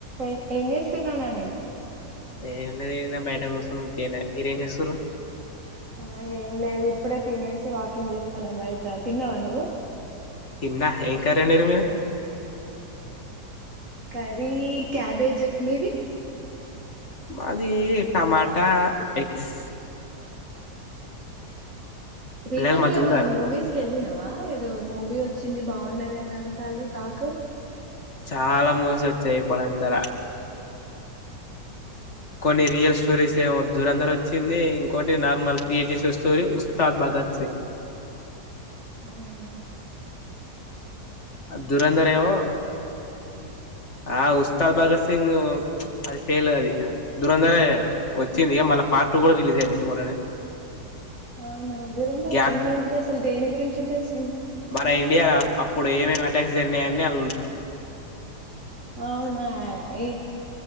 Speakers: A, on the right; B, on the left.
A: ఏ ఏం చేస్తున్నావ్ నాని?
B: ఏం లే ఇడ్నే బయట కుసున్న ఉట్టిగనే మీరేం జేస్తురు?
A: ఆ ఏం లేదు ఇప్పుడే తినేశి వాకింగ్ చేస్తున్నా బయట తిన్నావా నువ్వు?
B: తన్నా ఏం కర్రి వండిర్రు మీరు
A: కర్రీ క్యాబేజ్ మీది
B: మాదీ టమాటా ఎగ్స్
A: రీసెంట్
B: పిల్లలు మంచిగున్నారా
A: గా ఏమన్న మూవీస్ కి వెళ్ళినావా ఏదో మూవీ వచ్చింది? బాఉన్నది అని అంటాలు టాకు
B: చాలా మూవీస్ ఓచ్చాయి ఇప్పుడుంతాల కొన్ని రియల్ స్టోరీస్ ఏమో దూరంధర్ ఓచ్చింది ఇంకోటి నార్మల్ క్రియేట్ చేసిన స్టోరీ ఉస్తాద్ బాగ గత్ సింగ్
A: అవున
B: దూరంధర్ ఏవో ఆ ఉస్తాద్ భగత్ సింగ్ అది ఫెయిల్ అది దూరంధరే వచ్చింది ఇగ మల్లా పార్ట్ టూ కూడా రిలీజ్ అయింది మొన్ననే
A: అవునా దూరంధర్
B: గ్యాప్
A: థీమ్ ఏంటిది అసలు దేని గురించి ఉంటది సినిమా అంతా
B: మన ఇండియాల అప్పుడు ఏమేమి అటాక్స్ జరిగినాయని ఆలుు
A: అవునా ఐ